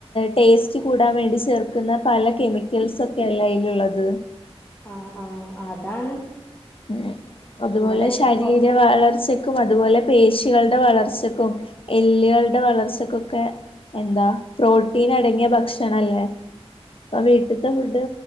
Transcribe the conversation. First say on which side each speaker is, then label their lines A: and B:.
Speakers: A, on the left (about 60°); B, on the left (about 20°).
A: ടേസ്റ്റ് കൂടാൻ വേണ്ടി ചേർക്കുന്ന പല കെമിക്കൽസ് ഒക്കെ അല്ലെ അയിലുള്ളത്
B: ആഹ് ആഹ് അതാണ്
A: ഉം അതുപോലെ
B: നമ്മള്
A: ശരീര വളർച്ച ക്കും അതുപോലെ പേശികളുടെ വളർച്ചക്കും എല്ലുകളുടെ വളർച്ചക്കൊക്കെ എന്താ പ്രോട്ടീൻ അടങ്ങിയ ഭക്ഷണല്ലേ അപ്പൊ വീട്ടിത്തെ ഫുഡ്